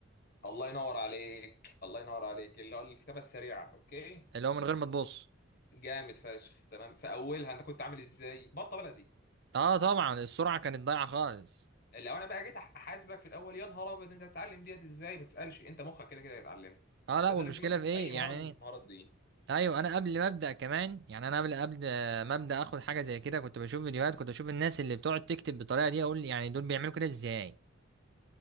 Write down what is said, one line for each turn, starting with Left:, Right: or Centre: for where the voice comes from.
Left: الله ينور عليك الله ينور عليك اللي هو الكتابة السريعة اوكي
Right: اللي هو من غير ما تبص
Left: جامد فشخ تمام في اولها انت كنت عامل ازاي بطه بلدي
Right: اه طبعا السرعه كانت ضايعه خالص
Left: لو انا بقى جيت أح- احاسبك في الاول يا نهار ابيض انت هتتعلم ديت ازاي ما تسالش انت مخك كده كده هيتعلمها
Right: اه لا
Left: كذلك
Right: والمشكله
Left: برضه
Right: في
Left: في
Right: ايه
Left: اي مهاره
Right: يعني
Left: من المهارات دي
Right: ايوه انا قبل ما ابدا كمان يعني انا قبل قبل ما ابدا اخد حاجه زي كده كنت بشوف فيديوهات كنت بشوف الناس اللي بتقعد تكتب بالطريقه دي اقول يعني دول بيعملوا كده ازاي